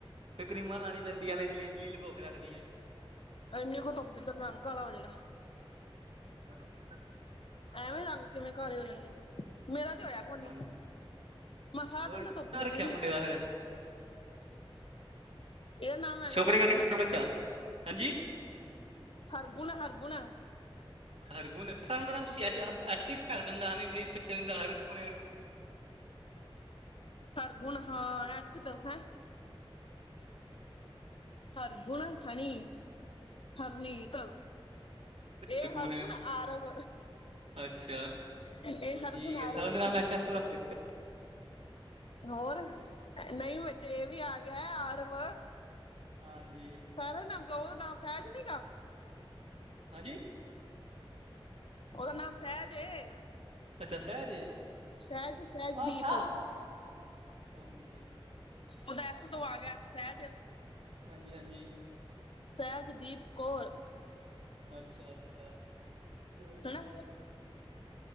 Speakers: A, on the right; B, on the left.
A: ਤੇ ਕਰੀਮਾਂ ਲਾਉਣੀ ਪੈਂਦੀਆਂ ਨੇ ਇੰਜਲੀ ਇੰਜਲੀ ਲੁਕੋ ਕੇ ਰੱਖਦੀ ਏ।
B: ਇੰਨੀ ਕੁ ਧੁੱਪ 'ਚ ਤੇਰਾ ਰੰਗ ਕਾਲਾ ਹੋ ਜਾਵੇਗਾ।
A: ਬਹੁਤ ਉਹ ਖ਼ਤਰ ਨਾ। <unintelligible>
B: ਐਵੇਂ ਰੰਗ ਕਿਵੇਂ ਕਾਲੇ ਹੋ ਜਾਣਗੇ ਮੇਰਾ ਤੇ ਹੋਇਆ ਕੋਣੀ।
A: ਹਾਂਜੀ
B: ਮੈ ਸਾਰਾ
A: ਹੋਰ
B: ਦਿਨ ਤਾਂ ਤਾਂ ਧੁੱਪ
A: ਕਿਆ
B: ਚ
A: ਰੱਖਿਆ
B: ਰੈ ਨੀ
A: ਮੁੰਡੇ
B: ਆ
A: ਦਾ ਫਿਰ
B: ਇਹਦਾ ਨਾਮ ਹੈਗਾ
A: ਛੋਕਰੇ
B: ਹਰਗੁਣ
A: ਦਾ ਕਿਹੜਾ ਰੱਖਿਆ ਹਾਂਜੀ
B: ਹਰਗੁਣ ਹਰਗੁਣ।
A: ਹਰਗੁਨ ਸ ਦਾ ਨਾਮ ਤੁਸੀਂੱ ਐਚ ਤੋ ਰੱਖ ਦਿੰਦਾ ਹਨੀਪ੍ਰੀਤ ਹਰਗੁਨ <unintelligible>
B: ਹਰਗੁਣ ਹਾਂ ਐਚ ਤੋਂ ਹੈ। ਹਰ ਗੁਣ ਹਨੀ ਹਰ ਨੀਤ ਲ ਇਹ
A: ਹਰਗੁਣ
B: ਹਰ ਗੁਣ ਆਰਵ।
A: ਅੱਛਾ
B: ਇਹ
A: ਬਸ
B: ਹਰਗੁਣ
A: ਠੀਕ
B: ਆਰਵ
A: ਹੈ ਸਰ
B: ਏ।
A: ਦਾ ਨਾਮ ਐਚ ਐਸ ਤੋਂ ਰੱਖ ਦਿਓ
B: ਹੋਰ ਨਹੀਂ ਵਿਚ ਏ ਵੀ ਆ ਗਿਆ ਆਰਵ।
A: ਹਾਂਜੀ।
B: ਦਾ ਨਾਮ ਉਹਦਾ ਨਾਮ ਸਹਿਜ ਨੀ ਗਾ।
A: ਹਾਂਜੀ।
B: ਉਹਦਾ ਨਾਮ ਸਹਿਜ ਏ।
A: ਅੱਛਾ ਸਹਿਜ ਏ
B: ਸਹਿਜ ਸਹਿਜਦੀਪ
A: ਅੱਛਾ
B: ਉਹਦਾ
A: ਹਾਂਜੀ <unintelligible>
B: ਉਹਦਾ ਐਸ ਤੋਂ ਆ ਗਿਆ ਸਹਿਜ।
A: ਹਾਂਜੀ ਹਾਂਜੀ।
B: ਸਹਿਜਦੀਪ ਕੌਰ।
A: ਅੱਛਾ ਅੱਛਾ ਚਲੋ ਵਧੀਆ।
B: ਹਨਾ